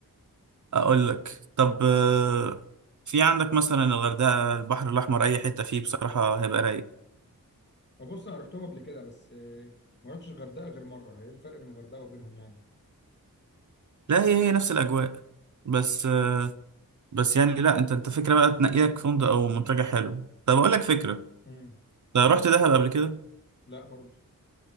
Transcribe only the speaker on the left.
وبص انا رحتهم قبل كده بس آه، ما رحتش الغردقه غير مره ايه الفرق بين الغردقه وبينهم يعني
امم
لا برضو